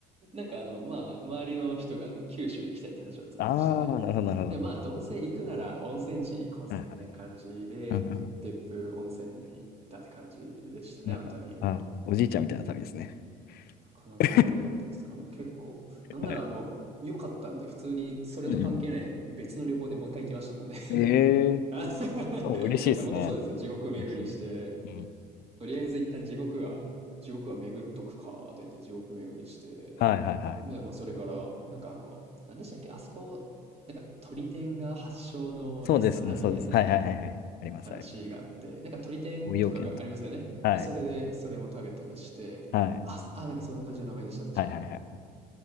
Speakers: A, on the right; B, on the left.
A: んかあの、まあ、周りの人があの、九州行きたいって話をずっとしてて、
B: ああ、なるほど、なるほど。
A: で、まあ、どうせ行くなら温泉地行こうぜ、
B: はいはい。
A: みたいな感じで、
B: うん
A: 別府温泉に行ったって感じでしたね、
B: うん。なんか、
A: あのタイミングは。
B: あ、おじいちゃんみたいな旅ですね。
A: なかなか良かったです。
B: <laughs>
A: あの、結構、なんならあの、
B: はい。
A: 良かったんで、普通にそれと関係ない別の旅行でもう一回行きましたもんね。
B: うんうん。ええー、
A: あ <laughs> い
B: お、嬉しいですね。
A: や、本当そうですね。地獄巡りして、
B: 嬉しい。うん。
A: とりあえず一旦地獄は、地獄は巡っとくか、と言って地獄巡りして、
B: はいはいはい。
A: ね、まあ、それから、なんかあの、なんでしたっけ、あそこ、なんか鳥天が発祥のレストランみたいな
B: そうですね、そうです。はいはいはいはい。あります、
A: 話があって、
B: あります。
A: なんか鳥天とかがありますよね。
B: ご用件と。はい。
A: で、それで、それも食べたりして、
B: はい。
A: あ、すあ、なんかそんな感じの名前でした、確か。
B: はいはいはい。